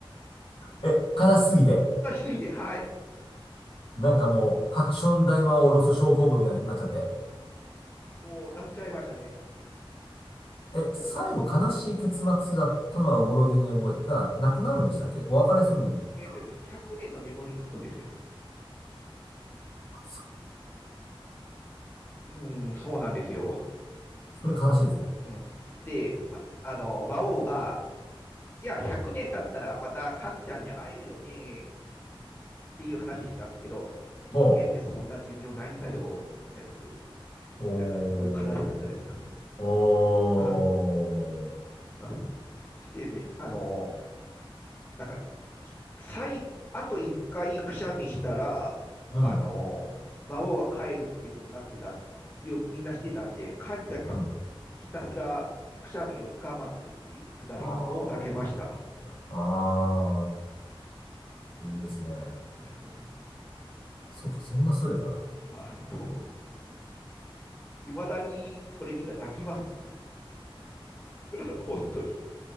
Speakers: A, on the left (about 70°); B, on the left (about 20°).
A: う。<laughs> え、悲しすぎて。
B: 悲しすぎて、はい。
A: なんかもう、ハクション大魔王ロス症候群みたいになっちゃって。
B: もう、なっちゃいましたね。
A: え、
B: も
A: 最後悲しい結末だったのはおぼろげに覚えて、だから亡くなるんでしたっけお別れするんだったか
B: う、え、えーとですね、100年の眠りにつくんですよ。
A: なそ、
B: うん、そうなんですよ。
A: それ悲しいですね。
B: うん。で、ま、あの、魔王が、じゃあ100年経ったらまたカンちゃんに会えるよねっていう話してたんですけど、人間ってそんな寿命ないんだよ、
A: ほ
B: みたいなこと言って、
A: う。
B: でなんかすごい悲しかったです。
A: おー。おー。
B: <laughs> そしてね、あの、なんか、最後、あと1回くしゃみしたら、
A: うん。
B: あの、孫は帰るっていうことになってたっていう、みんなしてたんで、カンちゃんがひ
A: うん。
B: ひたすらくしゃみを我慢するっていうくだりが、
A: あ
B: もう泣けました。
A: ー。あー。いいですね。
B: <laughs>
A: そうか、そんなストレートな。
B: あもういまだにそれ見たら泣きます、僕。<laughs> 本当に。